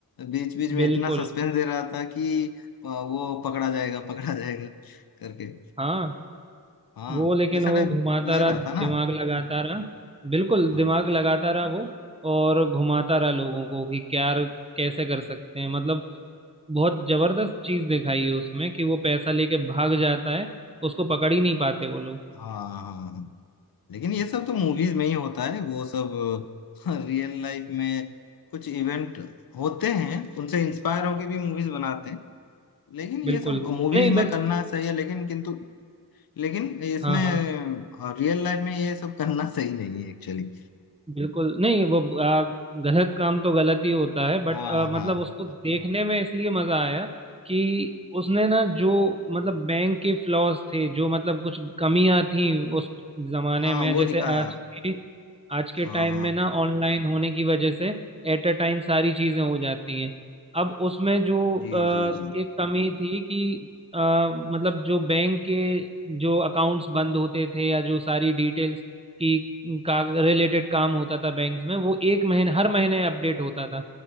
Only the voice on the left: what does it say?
बीच बीच में
इतना सस्पेंस दे रहा था कि अ, वो पकड़ा जाएगा <laughs> पकड़ा जाएगा करके
हाँ
वैसा
टाइप
लग
रहा
था ना
हाँ
हाँ हाँ हाँ। लेकिन ये सब तो मूवीज में ही होता है वो सब रियल लाइफ में कुछ इवेंट होते हैं उनसे इंस्पायर होके भी मूवीज बनाते हैं लेकिन ये
सब मूवीज
में
करना सही है लेकिन किंतु लेकिन इसमें
रियल लाइफ में ये सब करना सही नहीं है एक्चुअली
हाँ
हाँ
हाँ
वो
दिखाया
हाँ
हाँ
जी
जी जी